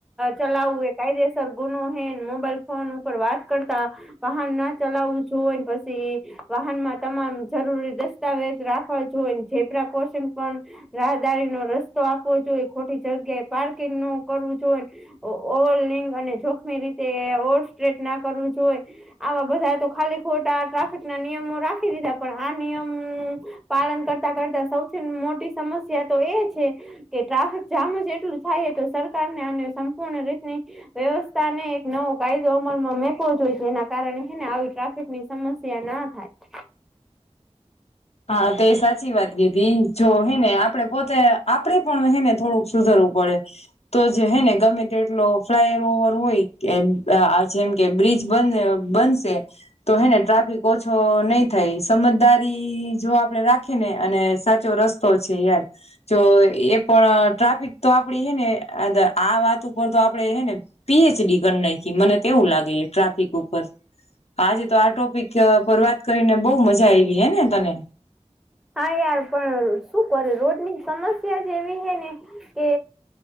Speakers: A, in the centre; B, on the left (about 65°).
A: ચલાવવું એ કાયદેસર ગુનો હેન મોબાઈલ ફોન ઉપર વાત કરતા વાહન ના ચલાવવું જો પછી વાહનમાં તમામ જરૂરી દસ્ સ્તાવેજ રાખવા જો ઝેબ્રા કોશન પણ, રાહદારી નો રસ્તો આપવો જોઈએ, ખોટી જગ્યાએ પાર્કિંગ નો કરવું જોઈ, ઓવ લિંગ અને જોખમી રીતે ઓર સ્ટ્રેટ ના કરવું જોઈ, આવા બધા તો ખાલી ખોટા ટ્રાફિક ના નિયમો રાખી દીધા પણ આ નિયમ, પાલન કરતા કરતા સૌથી મોટી સમસ્યા તો એ છે. કે ટ્રાફિક જામ જ એટલું થાય તો સરકાર ને આને સંપૂર્ણ રીતની, વ્યવસ્થા ને એક નવો કાયદો અમલમાં મેકવો જોઈ એના કારણે હને આવી ટ્રાફિકની સ સમસ્યા ના થાય.
B: હા તે એ સાચી વાત કીધી જો હેને આપડે પોતે આપડે પણ હેને થોડુંક સુધરવું પડે. તો જે હે ને ગમે તે એટલો ફ્લાય ઓવર હોય કે આ જેમ, કે બ્રિજ બને બનશે. તો હેને ટ્રાફિક ઓછો નહી થાય સમજદારી, જો આપડે રાખી ને અને સાચો રસ્તો છે યાર, જો એ પણ ટ્રાફિક તો આપડી હે ને આ વાત ઉપર તો આપડે હે ને, પીએચડી કર નાખી મને તેવું લાગે ટ્રાફિક ઉપર, આજે તો આ ટોપિક પર વાત કરીને બહુ મજા આવી હે ને તને.
A: હા યાર પણ શું કરે રોડ ની સમસ્યા જ એવી હૈ ને કે,